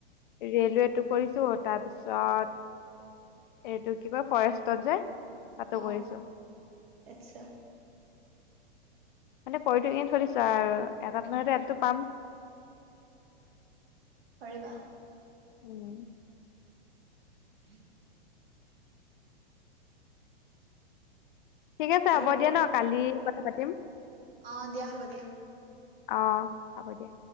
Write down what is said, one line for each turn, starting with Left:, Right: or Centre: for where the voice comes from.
Left: ৰেলৱেটো কৰিছো তাৰপিছত এইটো কি কয় ফৰেষ্টত যে তাতো
Right: অ
Left: কৰিছো
Right: আচ্ছা
Left: মানে কৰি থ কিনে থৈ দিছো আৰু এটা নহয় এটাটো পাম
Right: পাৰিবা
Left: উম
Right: হম
Left: ঠিক আছে
Right: আৰু
Left: হ'ব
Right: ক
Left: দিয়া ন কালি কথা পাতিম
Right: অ দিয়া হ'ব দিয়া
Left: অ হব দিয়া